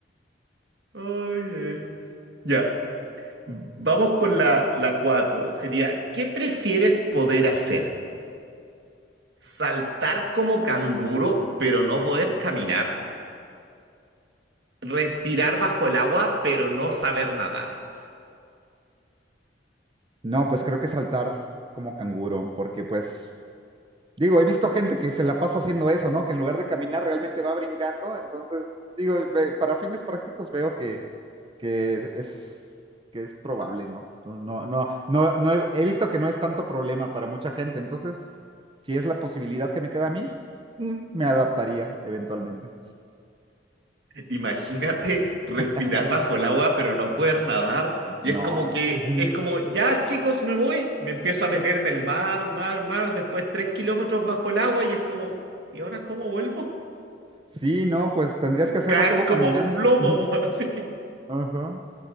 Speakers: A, on the right (about 65°); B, on the right (about 25°).
A: ay, ay". Ya, vamos con la, la cuatro. Sería, ¿qué prefieres poder hacer? ¿Saltar como canguro, pero no poder caminar? Respirar bajo el agua, pero no saber nadar.
B: No, pues creo que saltar como canguro, porque pues, digo, he visto gente que se la pasa haciendo eso, ¿no? Que en lugar de caminar realmente va brincando, entonces, digo, ve- para fines prácticos veo que, que es, que es probable, ¿no? No, no, no, no, no he, he visto que no es tanto problema para mucha gente, entonces, si es la posibilidad que me queda a mí, mm, me adaptaría eventualmente.
A: Imagínate respirar
B: <laughs>
A: bajo el agua, pero no poder nadar.
B: No.
A: Y es como que,
B: ujú.
A: es como, ya chicos, me voy. Me empiezo a meter en el mar, mar, mar. Después tres kilómetros bajo el agua y es como, ¿y ahora cómo vuelvo?
B: Sí, no, pues tendrías que hacerlo
A: Caer
B: todo
A: como
B: caminando.
A: plomo,
B: <laughs>
A: <laughs> así.
B: Ajá.